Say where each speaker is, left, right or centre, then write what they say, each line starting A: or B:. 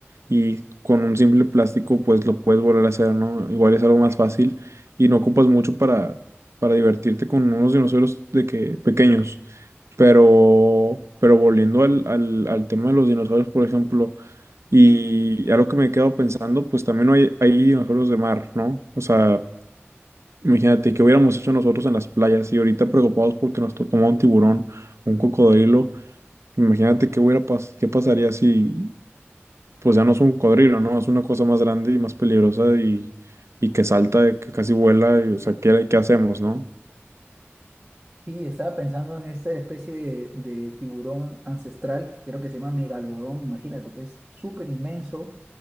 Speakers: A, on the right (about 80°); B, on the right (about 20°).
A: y con un simple plástico pues lo puedes volver a hacer, ¿no? Igual es algo más fácil y no ocupas mucho para, para divertirte con unos dinosaurios de que pequeños. Pero, pero volviendo al, al, al tema de los dinosaurios, por ejemplo. Y a lo que me quedo pensando, pues también hay, hay dinosaurios de mar, ¿no? O sea, imagínate que hubiéramos hecho nosotros en las playas y ahorita preocupados porque nos tocó un tiburón, o un cocodrilo. Imagínate qué hubiera pas- qué pasaría si, pues ya no es un cocodrilo, ¿no? Es una cosa más grande y más peligrosa y, y que salta, que casi vuela, y, o sea, ¿qué, qué hacemos, no?
B: Sí, estaba pensando en esta especie de, de tiburón ancestral que creo que se llama megalodón, imagínate, que es súper inmenso,